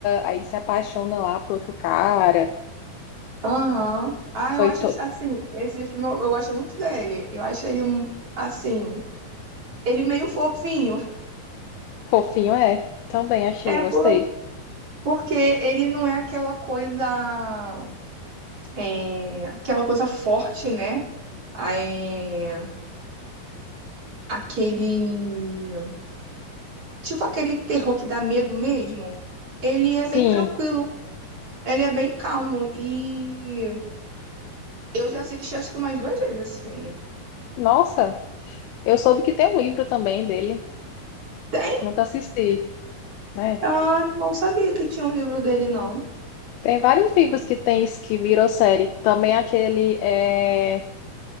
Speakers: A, on the left (about 80°); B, on the right (about 40°).
A: aí se apaixona lá por outro cara.
B: Aham. Ah, eu
A: Foi
B: acho
A: to...
B: assim, esse filme eu, eu gosto muito dele. Eu acho ele assim, ele meio fofinho.
A: fofinho, é. Também achei,
B: É
A: gostei.
B: por- porque ele não é aquela coisa, é, aquela coisa forte, né? É, aquele, tipo aquele terror que dá medo mesmo. Ele é
A: Sim,
B: bem tranquilo. Ele é bem calmo e eu já assisti acho que umas duas vezes esse filme.
A: nossa, eu soube que tem um livro também dele,
B: Tem?
A: nunca assisti, né?
B: Ah, eu não sabia que tinha um livro dele, não.
A: Tem vários livros que tem isso que virou série. Também aquele é...